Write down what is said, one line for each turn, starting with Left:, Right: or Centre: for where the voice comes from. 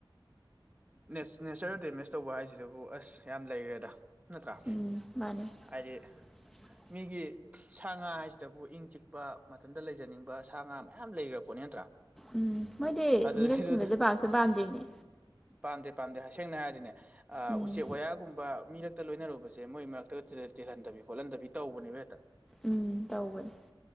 Right: ꯅꯦꯁ ꯅꯦꯆꯔ ꯗꯦꯃꯦꯖ ꯇꯧꯕ ꯍꯥꯏꯖꯤꯗꯕꯨ ꯑꯁ ꯌꯥꯝ ꯂꯩꯔꯦꯗ ꯅꯠꯇ꯭ꯔꯥ
Centre: ꯎꯝ ꯃꯥꯅꯦ
Right: ꯍꯥꯏꯗꯤ
Centre: <inaudible>
Right: ꯃꯤꯒꯤ ꯁꯥ ꯉꯥ ꯍꯥꯏꯁꯤꯇꯕꯨ ꯏꯪ ꯆꯤꯛꯄ ꯃꯊꯟꯇ ꯂꯩꯖꯅꯤꯡꯕ ꯁꯥ ꯉꯥ ꯃꯌꯥꯝ ꯂꯩꯒ꯭ꯔ ꯄꯣꯠꯅꯤ ꯅꯠꯇ꯭ꯔꯥ
Centre: ꯎꯝ ꯃꯣꯏꯗꯤ
Right: ꯑꯗꯨꯗꯩꯗꯨꯗ
Centre: ꯃꯤꯔꯛ ꯇꯤꯟꯕꯁꯦ ꯄꯥꯝꯁꯨ ꯄꯥꯝꯗꯦꯃꯤ
Right: ꯄꯥꯝꯗꯦ ꯄꯥꯝꯗꯦ ꯍꯁꯦꯡꯅ ꯍꯥꯏꯔꯗꯤꯅꯦ ꯑꯥ
Centre: ꯎꯝ
Right: ꯎꯆꯦꯛ ꯋꯥꯌꯥꯒꯨꯝꯕ ꯃꯤꯔꯛ ꯇꯥ ꯂꯣꯏꯅꯔꯨꯕꯖꯦ ꯃꯣꯏ ꯃꯔꯛꯇꯒ ꯇꯤꯜꯍꯟꯗꯕꯤ ꯈꯣꯠꯍꯟꯗꯕꯤ ꯇꯧꯕꯅꯦꯕ ꯍꯦꯛꯇ
Centre: ꯎꯝ ꯇꯧꯕꯅꯤ